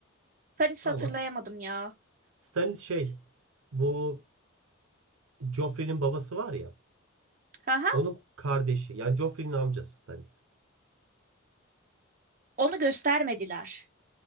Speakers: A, on the right; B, on the right.
A: Ben hiç
B: Ama
A: hatırlayamadım ya.
B: Stannis şey bu Joffrey'nin babası var ya
A: Aha,
B: onun kardeşi yani Joffrey'nin amcası Stannis.
A: onu göstermediler.